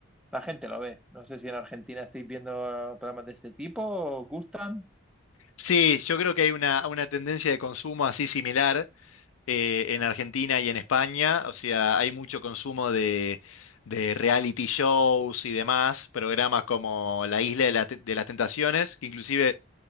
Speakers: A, in the centre; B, on the left (about 85°).
A: la gente lo ve. No sé si en Argentina estáis viendo programas de este tipo, ¿os gustan?
B: Sí, yo creo que hay una, una tendencia de consumo así similar eh, en Argentina y en España. O sea, hay mucho consumo de, de reality shows y demás, programas como La Isla de, la Te- de las Tentaciones, que inclusive